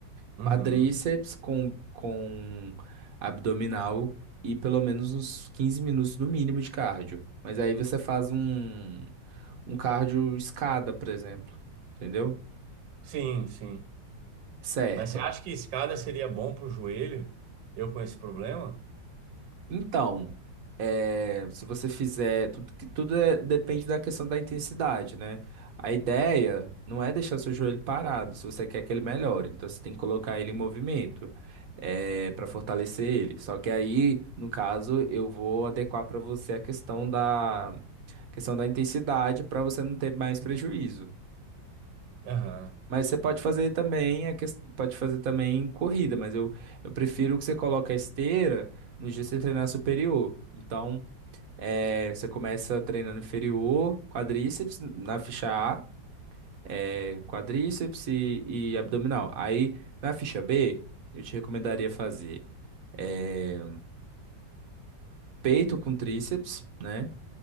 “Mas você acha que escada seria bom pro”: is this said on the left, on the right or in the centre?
Right